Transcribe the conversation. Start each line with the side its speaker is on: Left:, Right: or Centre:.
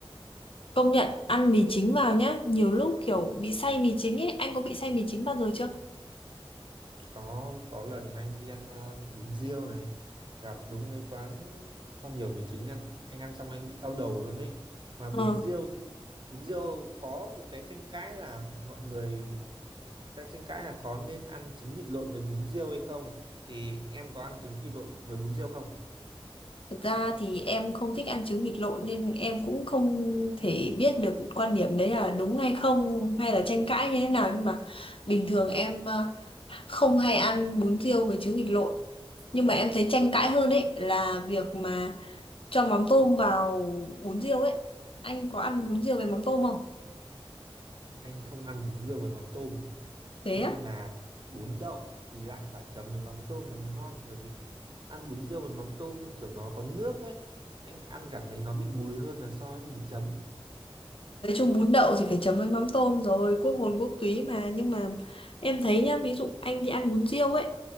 Left: Công nhận ăn mì chính vào nhá, nhiều lúc kiểu bị say mì chính ấy, anh có bị say mì chính bao giờ chưa?
Right: có có lần anh đi ăn ờ, bún riêu này gặp đúng cái quán cho nhiều mì chính ăn anh ăn xong anh bị đau đầu luôn ấy mà
Left: Ờ.
Right: bún riêu bún riêu có một cái tranh cãi là mọi người đang tranh cãi là có nên ăn trứng vịt lộn với bún riêu hay không thì em có ăn trứng vịt lộn với bún riêu không
Left: Thực ra thì em không thích ăn trứng vịt lộn nên em cũng không thể biết được quan điểm đấy là đúng hay không hay là tranh cãi như thế nào nhưng mà bình thường em ờ, không hay ăn bún riêu với trứng vịt lộn nhưng mà em thấy tranh cãi hơn ấy là việc mà cho mắm tôm vào bún riêu ấy anh có ăn bún riêu với mắm tôm không
Right: anh không ăn bún riêu với mắm tôm
Left: thế
Right: nhưng
Left: á
Right: mà bún đậu thì lại phải chấm với mắm tôm nó mới ngon bởi vì ăn bún riêu với mắm tôm kiểu nó có nước ấy anh ăn cảm thấy nó bị mùi hơn là so với mình chấm
Left: Nói chung bún đậu thì phải chấm với mắm tôm rồi, quốc hồn quốc túy mà. Nhưng mà em thấy nhá, ví dụ anh đi ăn bún riêu ấy,